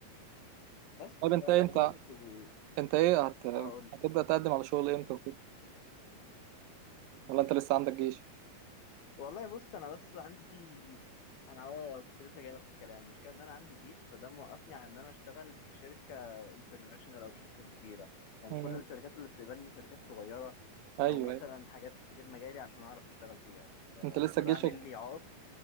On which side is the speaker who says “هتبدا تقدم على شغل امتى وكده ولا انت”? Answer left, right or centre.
Right